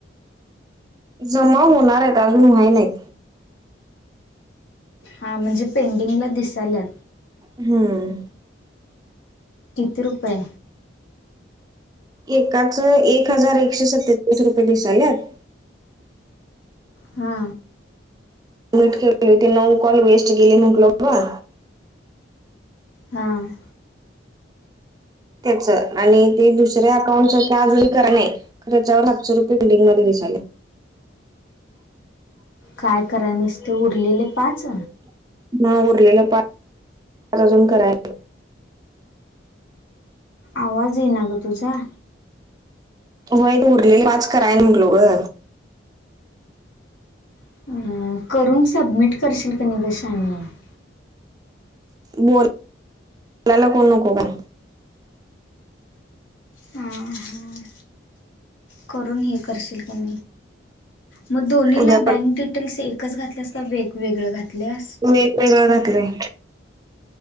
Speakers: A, on the right; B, on the left.
A: जमा होणार आहेत अजून व्हाय नाहीत.
B: हा म्हणजे पेंडिंगला दिसायलात
A: हम्म.
B: किती रुपये
A: एकाच एक हजार एकशे सत्तेचाळीस रुपये दिसाल्यात
B: हा.
A: वेट केली होती नऊ कॉल वेस्ट गेले म्हटलो बाबा.
B: हां.
A: त्याच आणि ते दुसऱ्या अकाउंटचं अजून कराय नाही. खर त्याच्यावर सातशे रुपये बिलिंगमध्येे दिसाले.
B: काय कराय नुसते उरलेले पाच
A: नाय उरलेलं पाच अजून कराय
B: आवाज येई ना ग तुझा
A: होय उरलेली पाच करायन म्हटलो ग
B: अं, करून सबमिट करशील का नाही कसें <unintelligible>
A: बोलायला कोण नको का
B: हा हा. करून हे करशील काय. मग दोन्ही
A: उद्या
B: ला बँक
A: परत
B: डिटेल्स एक कच घातल्यास का वेगवेगळं घातल्यास?
A: वेगवेगळं घातलंय